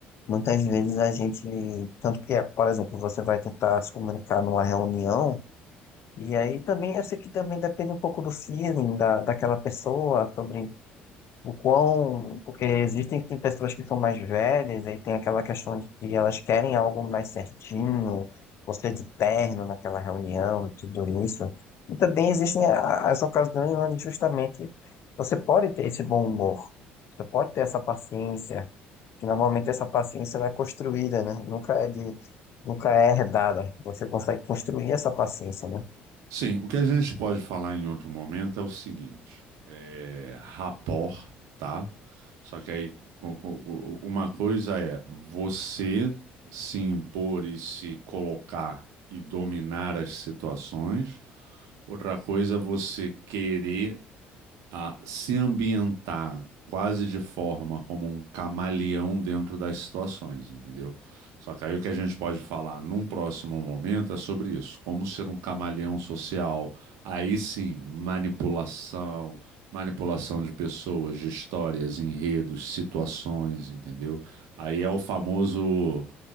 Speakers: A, on the left; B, on the right.
A: muitas vezes a gente, tanto que, por exemplo, você vai tentar se comunicar numa reunião, e aí também eu sei que também depende um pouco do feeling da, daquela pessoa sobre o quão, porque existem tem pessoas que são mais velhas, aí tem aquela questão de que elas querem algo mais certinho, você de terno naquela reunião e tudo isso. E também existem a- as ocasiões onde justamente você pode ter esse bom humor, você pode ter essa paciência, que normalmente essa paciência ela é construída, né? Nunca é de, nunca é herdada. Você consegue construir essa paciência, né?
B: Sim, o que a gente pode falar em outro momento é o seguinte, é rapport, tá? Só que aí co- co- co- uma coisa é você se impor e se colocar e dominar as situações, outra coisa é você querer a se ambientar quase de forma como um camaleão dentro das situações, entendeu? Só que aí o que a gente pode falar num próximo momento é sobre isso, como ser um camaleão social. Aí sim, manipulação, manipulação de pessoas, de histórias, enredos, situações, entendeu? Aí é o famoso.